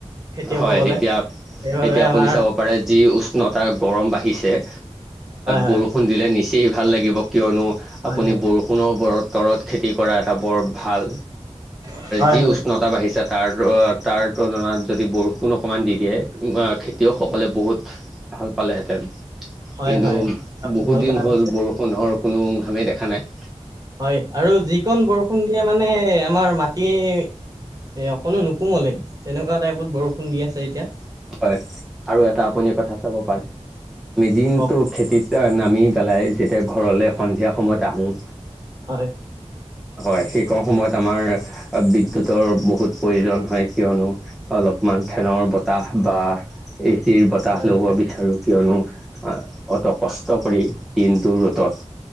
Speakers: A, on the right (about 35°); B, in the centre.
A: খেতিয়কসকলে
B: হয় এতিয়া।
A: সেইবাবে
B: এতিয়া আপুনি
A: আমাৰ
B: চাব পাৰে যি উষ্ণতা গৰম বাঢ়িছে এ
A: হয় হয়
B: বৰষুণ দিলে নিচেই। ভাল লাগিব কিয়নো
A: হয়
B: আপুনি বৰষুণৰ বৰত তৰত খেতি কৰা এটা বৰ ভাল।
A: হয়
B: যি
A: হয়
B: উষ্ণতা বাঢ়িছে তাৰ তাৰ তুলনাত। যদি বৰষুণ অকণমান দি দিয়ে খেতিয়কসকলে
A: হয়
B: বহুত ভাল পালেহেঁতেন।
A: হয়
B: কিন্তু
A: হয় আপুনি
B: বহুত
A: ভাল
B: দিন
A: কথা
B: হ'ল
A: কৈছে
B: বৰষুণৰ কোনো ঘামেই দেখা নাই।
A: হয় আৰু যিকণ বৰষুণ দিয়া মানে আমাৰ মাটি। এ অকণো নুকোমলে তেনেকুৱা টাইপত বৰষুণ দি আছে এতিয়া।
B: হয় আৰু এটা আপুনি কথা চাব পাৰে আমি দিনটো
A: অ
B: খেতিত। নামি পেলাই যেতিয়া ঘৰলৈ সন্ধিয়া সময়ত আহোঁ।
A: হয়
B: হয় সেই কম সময়ত আমাৰ বিদ্যুতৰ বহুত প্ৰয়োজন হয় কিয়নো অলপমান। ফেনৰ বতাহ বা এ চিৰ বতাহ
A: হয়
B: ল'ব
A: হয়
B: বিচাৰো। কিয়নো অত কষ্ট কৰি দিনটো ৰোদত।